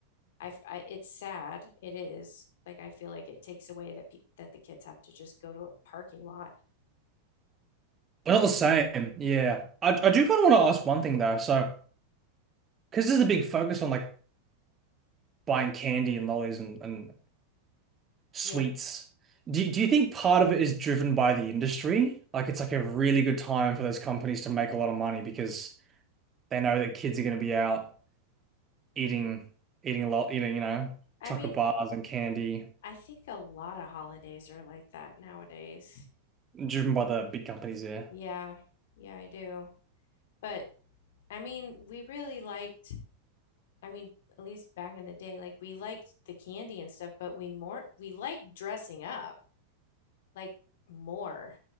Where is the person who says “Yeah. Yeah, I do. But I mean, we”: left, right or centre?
Left